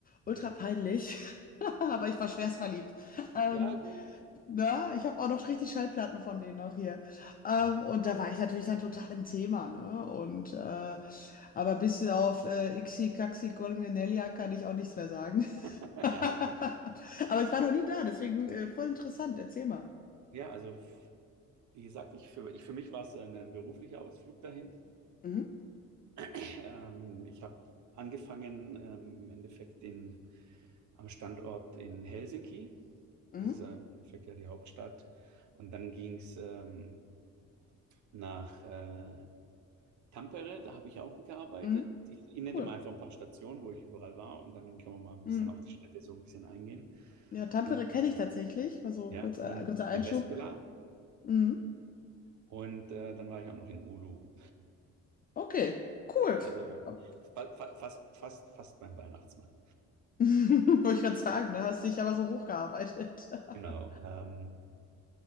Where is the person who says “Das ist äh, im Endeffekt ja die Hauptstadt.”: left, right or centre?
Right